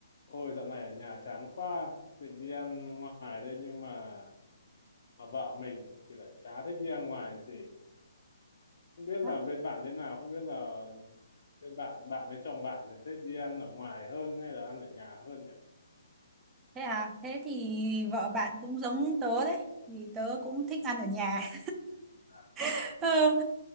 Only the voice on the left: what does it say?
Ôi dạo này ở nhà chán quá, định đi ăn ngoài đây nhưng mà mà vợ mình thì lại chả thích đi ăn ngoài gì. Không biết
là bên bạn thế nào, không biết là bên bạn bạn với chồng bạn thì thích đi ăn ở ngoài hơn hay là ăn ở nhà hơn nhỉ?
À,